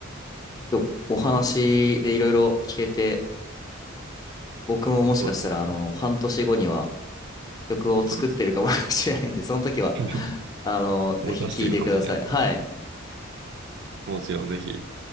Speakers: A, on the left; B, on the right.
A: 今日お話でいろいろ聞けて、僕ももしかしたら、
B: そうですね。
A: あの、半年後には曲を作ってるかも
B: そうですね。
A: <laughs> しれないんで、その時は、
B: <laughs>
A: あの、ぜひ聞いてください。
B: もう出しているかもしれないですね。
A: はい。
B: もちろん、ぜひ、